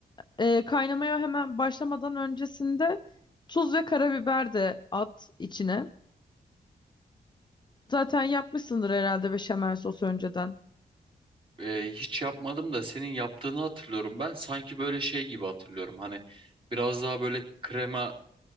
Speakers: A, on the left (about 30°); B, on the right (about 30°).
A: E, kaynamaya hemen başlamadan öncesinde tuz ve karabiber de at içine. Zaten yapmışsındır herhalde beşamel sos önceden.
B: Ee, hiç yapmadım da senin yaptığını hatırlıyorum ben. Sanki böyle şey gibi hatırlıyorum. Hani biraz daha böyle krema